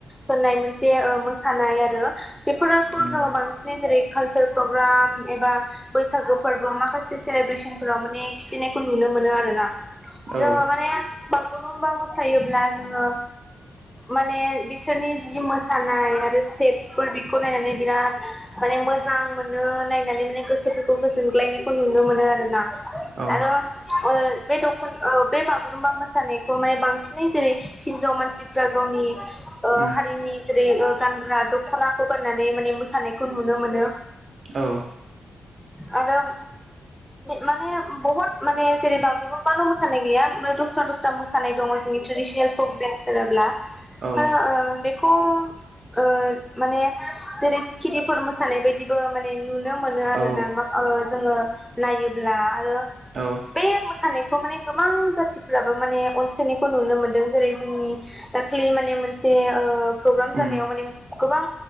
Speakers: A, in the centre; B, on the right (about 50°).
A: होननाय मोनसे ओ मोसानाय आरो। बेफोरखौ
B: उम
A: जोङो बांसिनै जेरै कालसार प्रग्राम एबा बैसागो फोरबो माखासे सेलेब्रेसन फोराव माने खिथिनायखौ नुनो मोनो आरो ना। दङो
B: औ
A: माने बा गुरुमबा मोसायोब्ला जोङो माने बि सोरनि जि मोसानाय आरो स्टेप्सफोर बिखौ नायनानै बिराद माने मोजां मोनो नायनानै माने गोसोफोरखौ गोजोनग्लायनायखौ नुनो मोनो आरो ना।
B: औ
A: आरो ओ बे दख' औ बे बागुरुम्बा मोसानायखौ माने बांसिनै जेरै हिनजाव मानसिफ्रा गावनि ओ
B: उम
A: हारिनि जेरै ओ गानग्रा दख'नाखौ गाननानै माने मोसानायखौ नुनो मोनो।
B: औ
A: आरो माने बहत माने जेरै बागुरुमबाल' मोसानाय गैया मो दस्रा दस्रा मोसानाय दंअ जोंनि ट्रेडिनेल फक देन्स होनोब्ला
B: औ
A: आरो ओ बेख खं ओ माने जेरै सिखिरिफोर मोसानाय बायदिबो माने नुनो मोनो आरो
B: औ
A: ना मा ओ जोङो नायोब्ला आरो
B: औ
A: बे मोसानायखौ माने गोबां जाथिफ्राबो माने अनसायनायखौ नुनो मोनदों जेरै जोंनि दाखलि माने मोन से ओ प्रग्राम जानायाव
B: उम
A: माने गोबां